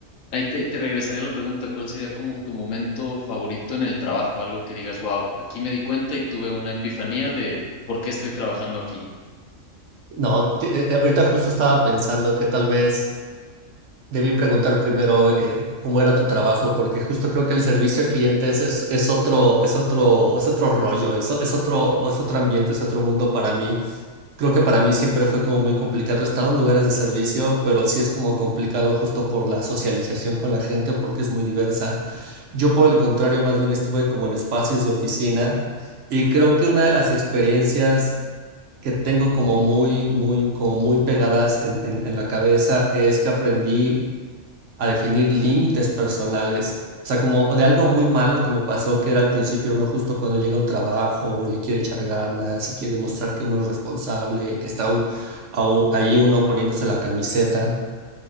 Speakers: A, on the left (about 75°); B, on the right (about 65°).
A: ahí te, te regresaría la pregunta, ¿cuál sería como tu momento favorito en el trabajo? Algo que digas, wow, aquí me di cuenta y tuve una epifanía de por qué estoy trabajando aquí.
B: No, te- eh, ahorita justo estaba pensando que tal vez debí preguntar primero eh, cómo era tu trabajo, porque justo creo que el servicio a clientes es, es otro, es otro, es otro rollo, es, o- es otro, es otro ambiente, es otro mundo para mí. Creo que para mí siempre fue como muy complicado. He estado en lugares de servicio, pero sí es como complicado justo por la socialización con la gente, porque es muy diversa. Yo, por el contrario, más bien estuve como en espacios de oficina y creo que una de las experiencias que tengo como muy, muy, como muy pegadas en, en en la cabeza es que aprendí a definir límites personales. O sea, como de algo muy malo que me pasó, que era al principio uno justo cuando llega a un trabajo, le quiere echar ganas y quiere demostrar que uno es responsable, que está u- au- ahí uno poniéndose la camiseta.